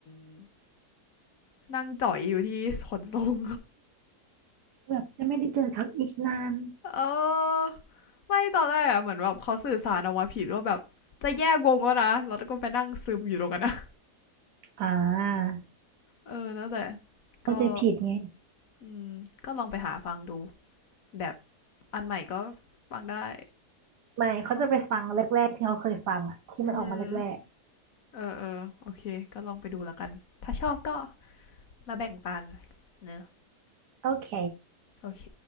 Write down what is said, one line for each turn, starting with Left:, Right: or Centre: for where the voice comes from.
Left: มนั่งจ่อยอยู่ที่ขนส่ง
Right: แบบจะไม่ได้เจอเขาอีกนาน
Left: เออไม่ตอนแรกอะเหมือนแบบเขาสื่อสารออกมาผิดว่าแบบจะแยกวงแล้วนะแล้วก็ไปนั่งซึมอยู่ตรงกันนะ
Right: อ่า
Left: เออนั่นแหล้วแต่
Right: เข้าใจผิดไง
Left: ก็อืมก็ลองไปหาฟังดูแบบอันใหม่ก็ฟังได้
Right: ไม่เขาจะไปฟังแรกๆที่เขาเคยฟังอ่ะที่มันออกมาแรก
Left: ก็อือหือเออเออโอเคก็ลองไปดูแล้วกันถ้าชอบก็มาแบ่งปันเนอะ
Right: ๆโอเค
Left: โอเค